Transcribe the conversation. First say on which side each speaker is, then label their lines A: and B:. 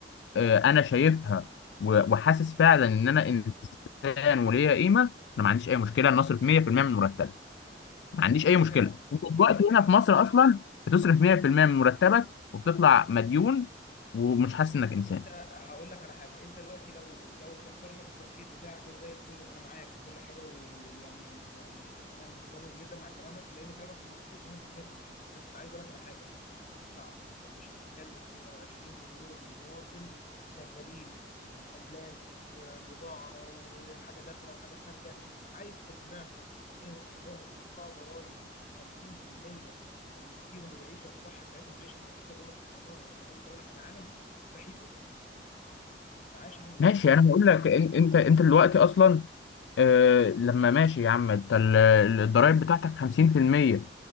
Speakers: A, on the left; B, on the left.
A: آه، أنا شايفها و- وحاسس فعلا ان انا فعلا وليها قيمه انا ما عنديش اي مشكله ان اصرف 100% من مرتبي ما عنديش
B: حلو
A: اي مشكله
B: كلامك
A: انت دلوقتي
B: حلو كلامك
A: هنا في مصر اصلا بتصرف 100% من مرتبك وبتطلع مديون ومش حاسس انك انسان
B: انت هقول لك على حاجه انت دلوقتي لو لو فكرنا بالتفكير بتاعك ده زي الفل انا معاك وكل حاجه ويعني يعني انا متضامن جدا مع كلامك لان كلامك مظبوط بنسبه 100% بس عايز اقول لك على حاجه دي ثقافه شعب انت مش هتكلم 120 مليون مواطن شغالين محلات وبضاعه وحاجه داخله وحاجه خارجه عايز تقنعهم إيه- انهم هيدفعوا ضرائب 50% ونديهم العيشه الصح بتاعتهم العيشه المظبوطه اللي هم بيتمنوها زي اي دوله في العالم مستحيل دلوقتي من عاشر المستحيلات
A: ماشي انا هقول لك إن- انت انت دلوقتي اصلا آه لما ماشي يا عم انت ال- الضرايب بتاعتك 50%